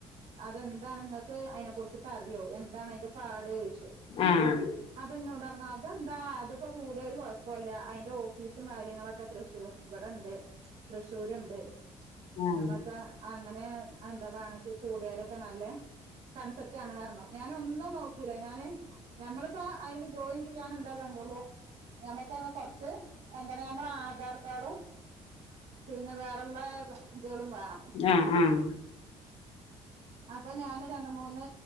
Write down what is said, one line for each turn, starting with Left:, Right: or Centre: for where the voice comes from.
Right: അതെന്താണ അതിനെ കുറിച്ചിട്ട് അറിയോ എന്താണ് അതിന്റെ പാട് കഴിച്ചോ
Left: ആഹ്
Right: അത എന്നോട് അതെന്താ അതിപ്പോ കൂടുത ഒരു കുഴപ്പമല്ല അതിന്റെ ഓഫീസും കാര്യങ്ങളൊക്കെ എത്രക്ഷവും ഇവിടെണ്ട് തൃശ്ശൂരുണ്ട്
Left: ആഹ്
Right: നമുക്ക് അങ്ങനെ എന്താ വേണ കൂടിയാലൊക്കെ നല്ല കൺസെപറ്റ് ആണ് കാരണം ഞാന ഒന്നും നോക്കില്ല ഞാന് നഞമ്മളിപ്പോ അതില് ജോയിൻ ചെയ്യാൻ എന്താ ള്ള ഞമ്മക്കെ കൊറച്ച് എന്താണ് നമ്മുടെ ആധാർ കാഡും പിന്നെ വേറെുള്ള ഇതകളും വേണം
Left: ആഹ് ആഹ്
Right: അപ്പൊ ഞാന് രണ്ട് മൂന്ന്